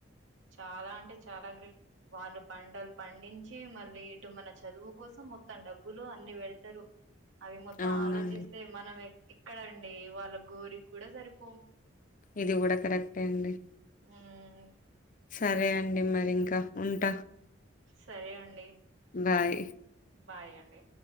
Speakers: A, on the right; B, on the left.
A: చాలా అంటే చాలా గ్రేట్ వాళ్ళు పంటల్ పండించి మళ్ళీ ఇటు మన చదువు కోసం మొత్తం డబ్బులు అన్ని పెడతరు అవి మొత్తం
B: అవునండి.
A: ఆలోచిస్తే మనం ఎక్ ఎక్కడ అండి వాళ్ళ గోరిక్ కూడా సరిపొం
B: ఇది కూడ కరెక్టే అండి
A: ఉమ్మ్
B: సరే అండి మరి ఇంక ఉంట
A: సరే అండి
B: బాయ్
A: బాయ్ అండి